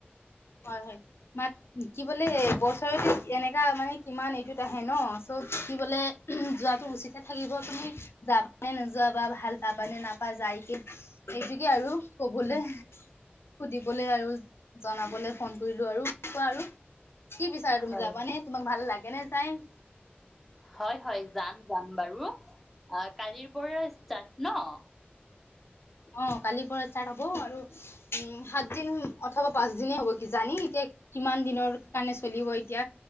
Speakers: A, on the left; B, in the centre.
A: হয় হয়, মাত কি বোলে বছৰত এনেকা মানে কিমান এইটোত আহে ন' চ' কি বোলে যোৱাটো উচিতে থাকিব, তুমি যাবানে নোযোৱা বা ভাল পাবানে নাপা যাই কি এইটোকে আৰু, ক'বলে, সুধিবলে আৰু জনা বলে ফোন কৰিলোঁ আৰু কোৱা আৰু কি বিচাৰে তুমি
B: হয়
A: যাবানে, তোমাক ভাল লাগে নে যায়?
B: হয় হয়, যাম যাম বাৰু, অ' কালিৰ পৰা ষ্টাৰ্ট ন'?
A: অ' কালিৰ পৰা ষ্টাৰ্ট হ'ব আৰু উম, সাত দিন অথবা পাঁচ দিনে হ'ব কিজানি এতিয়া কিমান দিনৰ কাৰণে চলিব এতিয়া